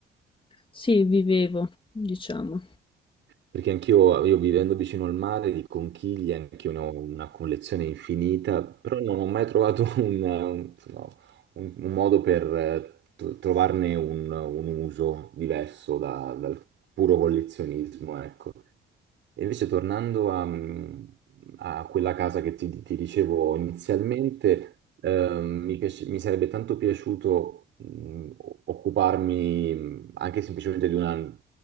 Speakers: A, on the left; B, on the right.
A: Sì, vivevo, diciamo.
B: Perché anch'io, io vivendo vicino al mare, di conchiglie, anch'io ne ho una collezione infinita, però non ho mai trovato <laughs> un, un- insomma, un- un modo per eh, tro- trovarne un, un uso diverso da- dal puro collezionismo, ecco. E invece tornando a, mm, a quella casa che ti, ti dicevo inizialmente, ehm, mi piace- mi sarebbe tanto piaciuto mh, occuparmi mh, anche semplicemente di una,